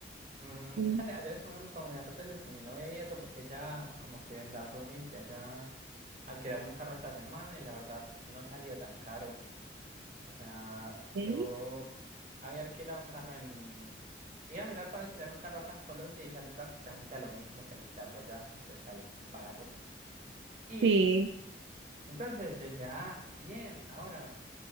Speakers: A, on the right; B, on the right.
A: Mm,
B: Mm,
A: dale, ayer estuvimos como mirando precios con mi novia y eso, porque ya como que las roomies de allá alquilaron un carro esta semana y la verdad no ha salido tan caro. O sea,
B: ¿Sí?
A: yo había alquilado un carro en... Iba a mirar para alquilar un carro acá en Colombia y sale prácticamente a lo mismo que alquilarlo allá. Entonces, dale, barato. Y
B: Sí,
A: Entonces yo dije, ah, bien, ahora,